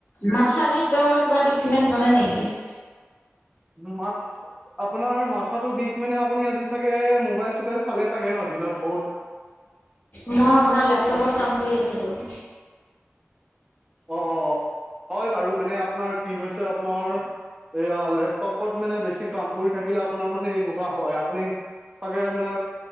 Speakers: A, on the left; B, on the right.
A: মাথা ভিতৰত কিবা ট্ৰিপমেন্ট কৰে নেকি?
B: মা আপোনাৰ মাথাটো বিষ মানে আপুনি আজি চাগে মোবাইল বাইল চালে চাগে ন দিনত বহুত।
A: মই আপোনাৰ লেপটপত কাম কৰি আছিলো।
B: অ হয় বাৰু মানে আপোনাৰ কি হৈছে আপোনাৰ এয়া লেপটপত মানে বেছি কাম কৰি থাকিলে আপোনাৰ মানে এনেকুৱা হয়, আপুনি চাগে মানে